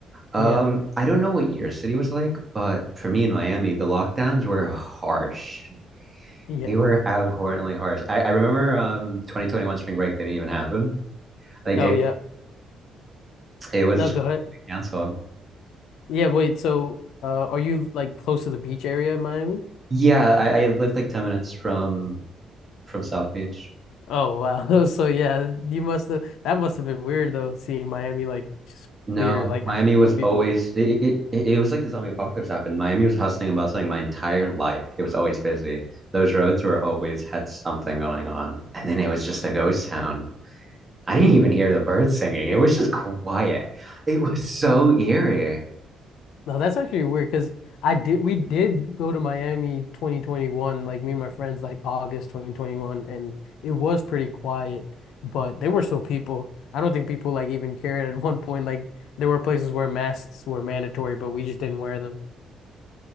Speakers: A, on the right; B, on the left.
A: yeah.
B: Yeah,
A: Um, I don't know what your city was like, but for me in Miami, the lockdowns were harsh.
B: yeah.
A: They were abhorrently harsh. I, I remember um 2021 spring break didn't even happen. Like
B: Oh
A: it
B: yeah.
A: it was
B: No,
A: just
B: go ahead.
A: canceled.
B: Yeah, wait. So, uh, are you like close to the beach area in Miami?
A: Yeah, I, I lived like 10 minutes from from South Beach.
B: Oh wow. <laughs> So yeah, you must have that must have been weird though, seeing Miami like just
A: No,
B: clear, like
A: Miami
B: a-
A: was
B: no people.
A: always it, it it it was like the zombie apocalypse happened. Miami was hustling and bustling my entire life. It was always busy. Those roads were always had something going on. And then it was just a ghost town. I didn't even hear the birds singing. It was just quiet. It was so eerie.
B: No, that's actually weird because I did we did go to Miami 2021, like me and my friends, like August 2021, and it was pretty quiet, but there were still people. I don't think people like even cared at <laughs> one point. Like there were places where masks were mandatory, but we just didn't wear them.